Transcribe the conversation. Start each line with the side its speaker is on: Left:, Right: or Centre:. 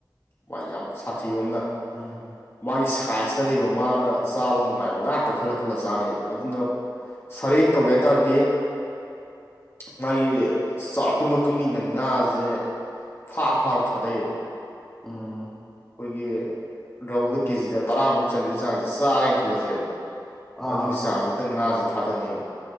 Left: ꯃꯥꯏ ꯌꯥꯝ ꯁꯥꯊꯤꯕ ꯑꯝꯅ
Centre: ꯎꯝ
Left: ꯃꯥꯒꯤ ꯁꯥꯏꯖꯇ ꯂꯩꯕ__ ꯃꯥꯅ
Centre: ꯎꯝ
Left: ꯆꯥꯕ ꯅꯨꯡꯉꯥꯏꯕ ꯉꯥ ꯈꯇ ꯈꯜꯂ ꯈꯜꯂ ꯆꯥꯅꯦꯕ ꯑꯗꯨꯅ ꯁꯥꯔꯦꯡ ꯇꯧꯒꯦ ꯍꯥꯏ ꯇꯥꯔꯗꯤ ꯃꯥꯒꯤ ꯆꯥꯎꯔꯛꯄꯩ ꯃꯇꯨꯡꯏꯟꯅ ꯉꯥꯖꯦ ꯐꯥꯔ ꯐꯥꯔ ꯊꯥꯗꯩꯑꯦꯕ
Centre: ꯎꯝ
Left: ꯈꯣꯏꯒꯤ ꯔꯧꯗ ꯀꯦꯖꯤꯗ ꯇꯔꯥꯃꯨꯛ ꯆꯟꯕꯩ ꯆꯥꯡꯖꯦ ꯆꯥꯔꯦꯅ ꯈꯜꯂꯖꯦꯕ
Centre: ꯑꯥ
Left: ꯑꯗꯨꯒꯤ ꯆꯥꯡꯗꯨꯗ ꯉꯥꯖꯦ ꯊꯥꯗꯅꯦꯕ